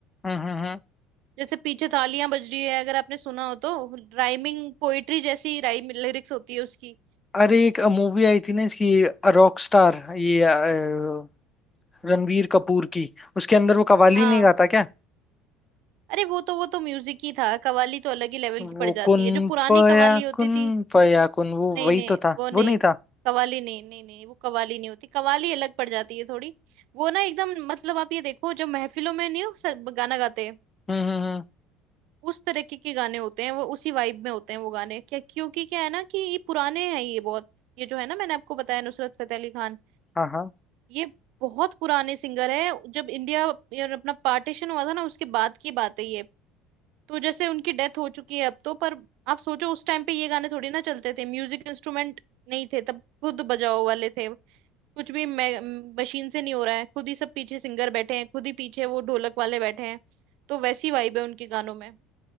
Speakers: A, on the left (about 15°); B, on the right (about 70°).
A: हम्म हम्म हम्म।
B: जैसे पीछे थालियां बज रही है अगर आपने सुना हो तो राइमिंग पोएट्री जैसी राइम लिरिक्स होती है उसकी
A: अरे एक मूवी आई थी ना इसकी रॉक स्टार ये अ, रणवीर कपूर की उसके अंदर वो कवाली
B: हाँ
A: नहीं गाता क्या
B: अरे वो तो वो तो म्यूजिक ही था कव्वाली तो अलग ही लेवल
A: वो
B: की पड़ जाती
A: कुन
B: है जो पुरानी
A: फया
B: कव्वाली होती
A: कुन
B: थी
A: फया कुन वो
B: नहीं
A: वही
B: नहीं
A: तो था
B: वो नहीं
A: वो नहीं था
B: कव्वाली नहीं नहीं नहीं वो कव्वाली नहीं होती कव्वाली अलग पड़ जाती है थोड़ी वो ना एकदम मतलब आप ये देखो जो महफिलों में नहीं हो, सब गाना गाते
A: हम्म हम्म हम्म।
B: उस तरीके के गाने होते हैं वो उसी वाइब में होते हैं वो गाने क्या क्योंकि क्या है ना कि ये पुराने हैं ये बहुत ये जो है ना मैंने आपको बताया नुसरत फतेह अली खान
A: हाँ हाँ
B: ये बहुत पुराने सिंगर है जब इंडिया ये अपना पार्टीशन हुआ था ना उसके बाद की बात है ये तो जैसे उनकी डेथ हो चुकी है अब तो पर आप सोचो उस टाइम पे ये गाने थोड़ी ना चलते थे म्यूजिक इंस्ट्रूमेंट नहीं थे तब खुद बजाओ वाले थे कुछ भी मशीन से नहीं हो रहा है खुद ही सब पीछे सिंगर बैठे हैं खुद ही पीछे वो ढोलक वाले बैठे हैं तो वैसी वाइब है उनके गानों में